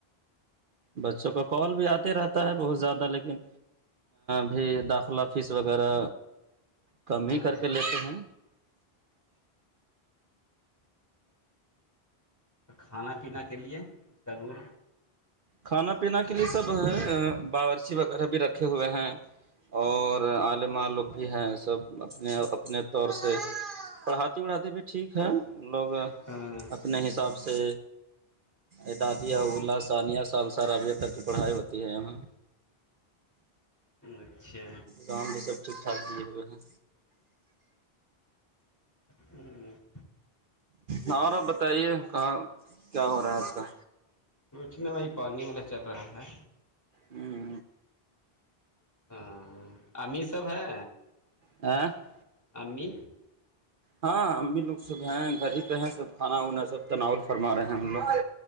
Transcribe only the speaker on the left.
ہاں
کھانا پینا کے لیے اس کا رول
ہاں
اچھا
ہوں <inaudible>
کچ میں وہی پانی واللا چل رہا ہے
ہاں امی سب ہے
امی